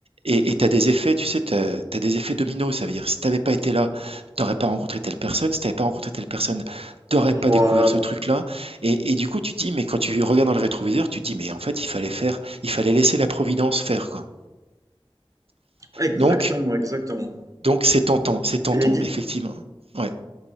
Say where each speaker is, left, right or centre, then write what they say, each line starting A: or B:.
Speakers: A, on the right; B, on the right.
A: et tu as des effets, tu sais, tu as, des effets dominos, ça veut dire si tu n'avais pas été là, tu n'aurais pas rencontré telle personne, si tu n'avais pas rencontré telle personne, tu n'aurais
B: voilà.
A: pas découvert ce truc-là, et, et du coup tu dis, mais quand tu regardes dans le rétroviseur, tu dis, mais en fait il fallait faire, il fallait laisser la providence faire, quoi.
B: Exactement,
A: Donc,
B: exactement.
A: donc c'est tentant, c'est tentant,
B: Et dis,
A: effectivement. Ouais.